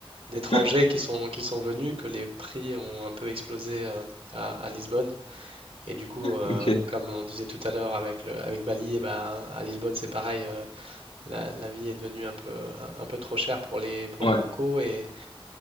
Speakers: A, on the right (about 75°); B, on the left (about 75°).
A: d'étrangers
B: <laughs>
A: qui sont, qui sont venus que les prix ont un peu explosé euh, à, à Lisbonne. Et du coup, euh,
B: ok.
A: comme on disait tout à l'heure avec le, avec Bali, et ben, à Lisbonne, c'est pareil, euh, la, la vie est devenue un peu, un, un peu trop chère pour les, pour
B: Ouais,
A: les locaux et,